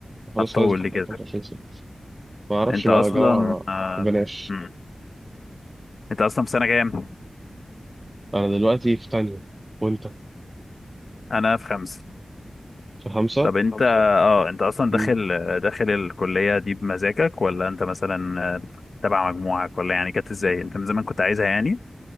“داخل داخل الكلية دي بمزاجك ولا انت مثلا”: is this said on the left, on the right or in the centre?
Left